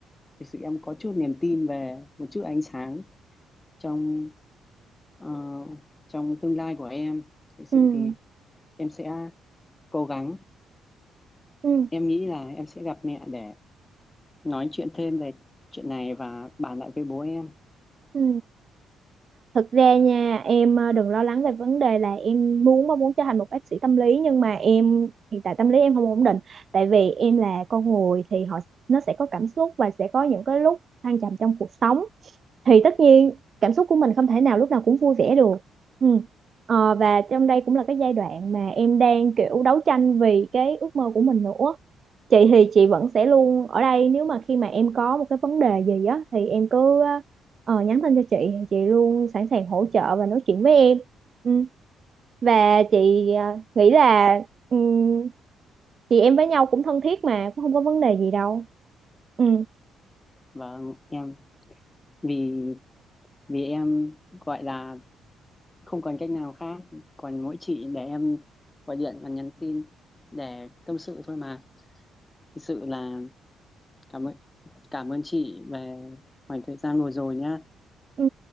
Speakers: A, on the left (about 20°); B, on the right (about 45°).
A: thực sự em có chút niềm tin về một chút ánh sáng trong ờ, trong tương lai của em thực sự
B: ừ ừ
A: thì em sẽ cố gắng
B: ừ
A: em nghĩ là em sẽ gặp mẹ để nói chuyện thêm về chuyện này và bàn lại với bố em
B: ừ. thực ra nha em ờ, đừng lo lắng về vấn đề là em muốn mong muốn trở thành một bác sĩ tâm lý nhưng mà em hiện tại tâm lý em không ổn định tại vì em là con người thì họ nó sẽ có cảm xúc và sẽ có những cái lúc thăng trầm trong cuộc sống thì tất nhiên cảm xúc của mình không thể nào lúc nào cũng vui vẻ được ừ. Ờ, và trong đây cũng là cái giai đoạn mà em đang kiểu đấu tranh vì cái ước mơ của mình nữa chị thì chị vẫn sẽ luôn ở đây nếu mà khi mà em có một cái vấn đề gì á thì em cứ ờ, nhắn tin cho chị thì chị luôn sẵn sàng hỗ trợ và nói chuyện với em ừ. và chị ờ, nghĩ là ừm, chị em với nhau cũng thân thiết mà cũng không có vấn đề gì đâu ừ
A: và em vì vì em gọi là không còn cách nào khác còn mỗi chị để em gọi điện và nhắn tin để tâm sự thôi mà thực sự là cảm ơn cảm ơn chị về khoảng thời gian vừa rồi nhá
B: Ừ.